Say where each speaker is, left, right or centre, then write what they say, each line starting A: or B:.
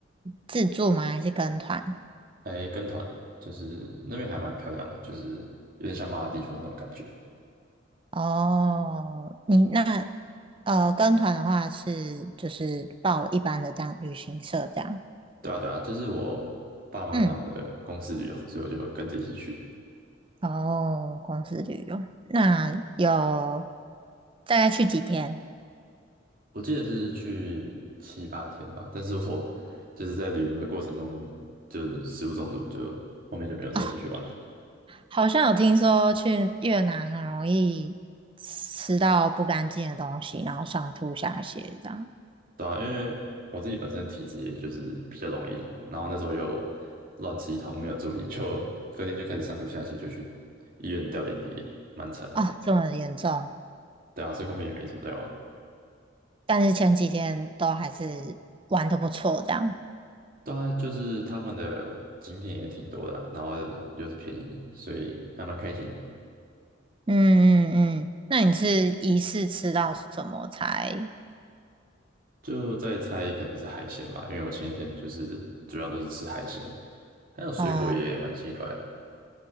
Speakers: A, on the right (about 25°); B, on the right (about 45°).
A: 自助吗？还是跟团？
B: 哎，跟团，就是那边还蛮漂亮的，就是有点像马尔地夫那种感觉。
A: 哦，你那呃，跟团的话是就是报一般的这样旅行社这样。
B: 对啊，对啊，这是我爸妈他们的公司旅游，
A: 嗯，
B: 所以我就跟着一起去。
A: 哦，公司旅游，那有大概去几天？
B: 我记得是去七八天吧，但是我 <laughs> 就是在旅游的过程中就是食物中毒，就后面就没有再继续玩了。
A: <laughs> 啊？好像有听说去越南很容易吃到不干净的东西，然后上吐下泻这样。
B: 对啊，因为我自己本身体质也就是比较容易，然后那时候又乱吃一通，没有注意，就隔天就开始上吐下泻，就去医院吊点滴，蛮惨的。
A: 哦，这么严重？
B: 对啊，所以后面也没什么在玩。
A: 但是前几天都还是玩的不错这样。
B: 对啊，就是他们的景点也挺多的啊然后又是便宜，所以还蛮开心。
A: 嗯嗯嗯，那你是疑似吃到什么才？
B: 就在猜可能是海鲜吧，因为我前一天就是主要都是吃海鲜，还有水果也蛮奇怪的
A: 哦，